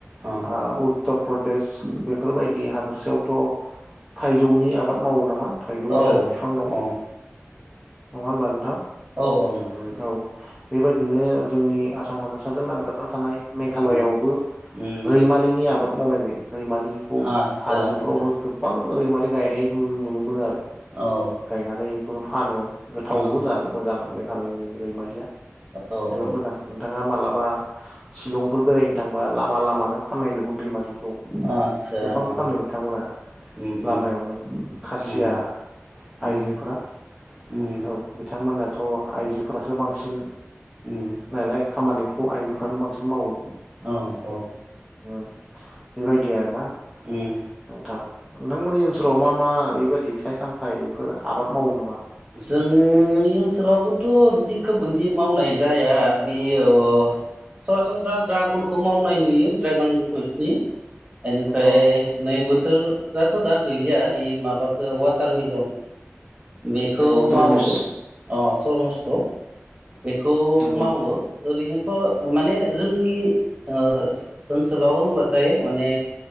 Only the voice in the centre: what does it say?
आह उद उत्तर प्रदेश बेफोरबायदि हादोरसायावथ थाइजौनि आबाद मावयो मा थाइजौ
बिराद फिफां दं।
नंङा होनबा नोंथां?
औ बेबायदिनो जोंनि आसाम हादरसाजों नांजाबनानै थानाय मेघालआवबो
रैमालिनि आबाद मावनाय जायो। रैमालिखौ
हाजोफ्रावनो
गोबां रैमालि गायनायखौ नुनो मोनो आरो।
गायनानानै खौबो फानो गोथावबो
जानो मोजां। मेघालयनि रैमालिया
जोबोर
मोजां नोंथां। नोहा मालाबा सिलंफोर बेरायनो थांबा लामा लामानो फाननाय नुगोन रैमालिखौ
गोबां
फानो बिथांमोना
लामायावनो खासिया
आइजोफ्रा
औ बिथांमोना थ आइजोफोरासो बांसिन
नालाय खामानिफोरखौ आइजोफ्रानो बांसिन मावो
ओम बेबायदि आरो ना
नोंथां नोंथांमोननि ओनसोलाव मा मा बेबायदि फिथाइ सामथाइफोर आबाद मावो नामा
नंगौ
नंगौ तरमुस
नंगौ